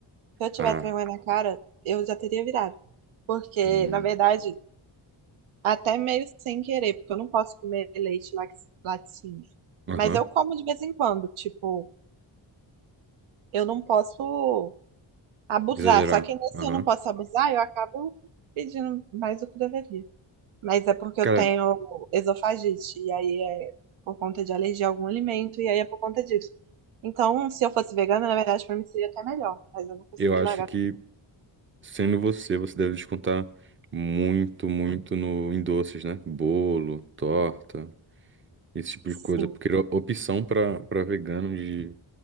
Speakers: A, on the right; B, on the right.
A: se eu tivesse
B: Ah,
A: vergonha na cara, eu já teria virado. Porque,
B: hum,
A: na verdade, até meio sem querer, porque eu não posso comer leite lac- laticínio.
B: aham.
A: Mas eu como de vez em quando, tipo, eu não posso abusar.
B: Exagerar.
A: Só que nesse
B: Aham.
A: eu não posso abusar, eu acabo pedindo mais do que deveria. Mas é porque
B: Cara,
A: eu tenho esofagite, e aí é por conta de alergia a algum alimento, e aí é por conta disso. Então, se eu fosse vegana, na verdade, pra mim seria até melhor, mas eu não consegui
B: eu acho
A: largar
B: que sendo você, você deve descontar muito, muito no, em doces, né? Bolo, torta, esse tipo
A: Sim.
B: de coisa. Porque o- opção pra, pra vegano de,